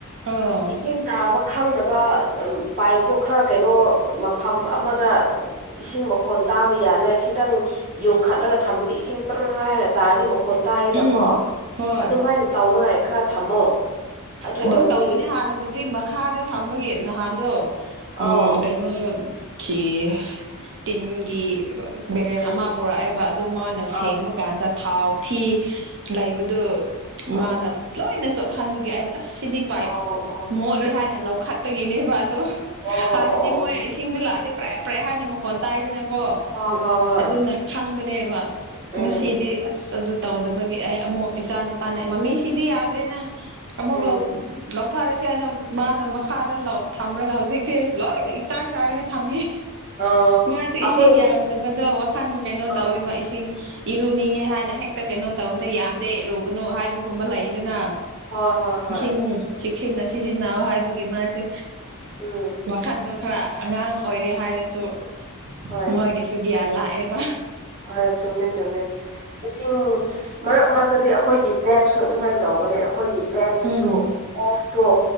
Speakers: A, on the right (about 55°); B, on the right (about 35°).
A: ꯑꯣ
B: ꯏꯁꯤꯡ ꯇꯥꯕ ꯈꯪꯅꯕ ꯄꯥꯏ꯭ꯞꯇꯣ ꯈꯔ ꯀꯩꯅꯣ ꯃꯐꯝ ꯑꯃꯗ ꯏꯁꯤꯡ ꯃꯈꯣꯟ ꯇꯥꯕ ꯌꯥꯅꯉꯥꯏ ꯈꯤꯇꯪ ꯌꯨꯡꯈꯠꯂꯒ ꯊꯝꯔꯗꯤ ꯏꯁꯤꯡ ꯄ꯭ꯔ ꯍꯥꯏꯅ ꯇꯥꯔꯗꯤ ꯃꯈꯣꯟ ꯇꯥꯏꯌꯦꯅꯀꯣ
A: ꯎꯝ ꯍꯣꯏ
B: ꯑꯗꯨꯝ ꯍꯥꯏꯅ ꯇꯧꯅꯉꯥꯏ ꯈꯔ ꯊꯝꯃꯣ ꯑꯗꯨ
A: ꯑꯗꯨꯝ
B: ꯑꯣꯏꯔꯗꯤ
A: ꯇꯧꯕꯅꯤ ꯍꯥꯟꯅꯕꯨꯗꯤ ꯃꯈꯥꯗ ꯊꯝꯃꯒꯤ ꯅꯍꯥꯟꯗꯣ
B: ꯑꯧ
A: ꯎꯝ ꯀꯩꯅꯣ ꯈꯤ ꯇꯤꯟꯒꯤ ꯕꯦꯔꯦꯟ
B: ꯎꯝ
A: ꯑꯃ ꯄꯨꯔꯛꯑꯦꯕ ꯑꯗꯨ ꯃꯥꯅ ꯁꯦꯡꯕ
B: ꯑꯥ
A: ꯀꯥꯟꯗ ꯊꯥꯎ ꯊꯤ ꯂꯩꯕꯗꯨ
B: ꯑꯪ
A: ꯃꯥꯅ ꯂꯣꯏꯅ ꯆꯣꯠꯍꯟꯕꯒꯤ ꯑꯩꯅ ꯑꯁ ꯁꯤꯗꯤ ꯄꯥꯏ꯭ꯞ
B: ꯑꯣ ꯑꯣ
A: ꯃꯣꯠ ꯂꯦ ꯍꯥꯏꯅ ꯂꯧꯈꯠꯄꯒꯤꯅꯦꯕ ꯑꯗꯣ
B: ꯑꯣ
A: ꯍꯥꯟꯅꯗꯤ
B: ꯑꯣ ꯑꯣ
A: ꯃꯣꯏ ꯏꯁꯤꯡꯗꯣ ꯂꯥꯛꯑꯗꯤ ꯄ꯭ꯔꯦ ꯄ꯭ꯔꯦ ꯍꯥꯏꯅ ꯃꯈꯣꯟ ꯇꯥꯏꯗꯅꯀꯣ
B: ꯑꯣ ꯍꯣꯏ ꯍꯣꯏ ꯍꯣꯏ
A: ꯑꯗꯨꯅ ꯈꯪꯕꯅꯦꯕ
B: ꯎꯝ
A: ꯉꯥꯁꯤꯗꯤ ꯑꯁ ꯑꯗꯨ ꯇꯧꯗꯕꯒꯤ ꯑꯩ ꯑꯃꯨꯛ ꯏꯆꯥ ꯅꯨꯨꯄꯥꯅ ꯑꯩ ꯃꯃꯤꯁꯤꯗꯤ ꯌꯥꯗ꯭ꯔꯦꯅꯥ ꯑꯃꯨꯛ
B: ꯎꯝ
A: ꯂꯧ ꯂꯧ ꯊꯥꯔꯁꯦ ꯍꯥꯏꯅꯥ ꯃꯥꯅ ꯃꯈꯥꯗ ꯂꯧ ꯊꯝꯔꯒ ꯍꯧꯖꯤꯛꯁꯦ ꯂꯣꯏꯅ ꯏꯆꯥꯏ ꯆꯥꯏꯔꯒ ꯊꯝꯃꯤ
B: ꯑꯣ
A: ꯃꯥꯁꯨ
B: ꯑꯩꯈꯣꯏ
A: ꯏꯁꯤꯡ ꯌꯥꯝꯗꯕꯗꯣ ꯋꯥꯈꯟ ꯀꯩꯅꯣ
B: ꯑꯥ
A: ꯇꯧꯋꯦꯕ ꯏꯁꯤꯡ ꯏꯔꯨꯅꯤꯡꯉꯦ ꯍꯥꯏꯅ ꯍꯦꯛꯇ ꯀꯩꯅꯣ ꯇꯧꯕꯗ ꯌꯥꯝꯗꯦ ꯏꯔꯨꯒꯅꯨ ꯍꯥꯏꯕꯒꯨꯝꯕ ꯂꯩꯗꯅ
B: ꯍꯣꯏ ꯍꯣꯏ ꯍꯣꯏ
A: ꯏꯁꯤꯡ ꯆꯦꯛꯁꯤꯟꯅ ꯁꯤꯖꯤꯟꯅꯧ ꯍꯥꯏꯕꯒꯤ ꯃꯥꯁꯦ
B: ꯎꯝ
A: ꯈꯟꯗꯣ ꯈꯔ ꯑꯉꯥꯡ ꯑꯣꯏꯔꯤ ꯍꯥꯏꯔꯁꯨ
B: ꯍꯣꯏ
A: ꯃꯣꯏꯒꯤꯁꯨ ꯒ꯭ꯌꯥꯟ ꯂꯥꯛꯑꯦꯕ
B: ꯍꯣꯏ ꯆꯨꯝꯃꯦ ꯆꯨꯝꯃꯦ ꯏꯁꯤꯡ ꯃꯔꯛ ꯃꯔꯛꯇꯗꯤ ꯑꯩꯈꯣꯏꯒꯤ ꯇꯦꯞꯁꯨ ꯑꯗꯨꯃꯥꯏꯟ ꯇꯧꯕꯅꯦ ꯑꯩꯈꯣꯏꯒꯤ ꯇꯦꯞꯇꯨꯁꯨ
A: ꯎꯝ
B: ꯑꯣꯐ ꯇꯣ